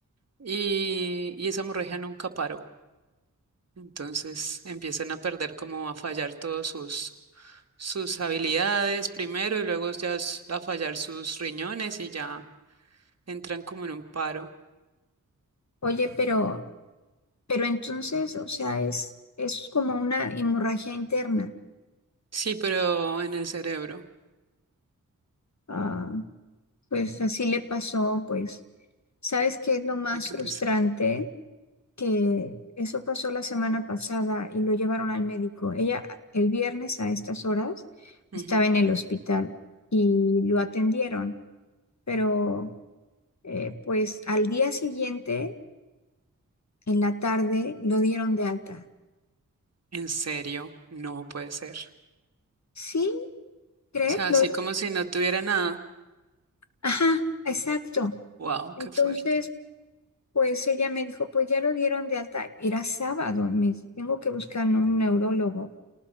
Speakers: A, on the right; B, on the left.
A: y, y esa hemorragia nunca paró. Entonces empiezan a perder como a fallar todos sus, sus habilidades primero y luego ya s- a fallar sus riñones y ya entran como en un paro.
B: oye, pero, pero entonces, o sea, es, es como una hemorragia interna.
A: Sí, pero en el cerebro,
B: Ah, pues así le pasó, pues, ¿sabes qué es lo más
A: hay que
B: frustrante?
A: pensar.
B: Que eso pasó la semana pasada y lo llevaron al médico. Ella el viernes a estas horas
A: Ujú.
B: estaba en el hospital y lo atendieron, pero Eh, pues al día siguiente, en la tarde, lo dieron de alta.
A: En serio, no puede ser.
B: ¿Sí? ¿Crees?
A: O sea,
B: Lo-
A: así como si no tuviera nada.
B: Ajá, exacto.
A: Wow,
B: Entonces,
A: qué fuerte.
B: pues ella me dijo, pues ya lo dieron de alta. Era sábado, me dice, tengo que buscar un neurólogo.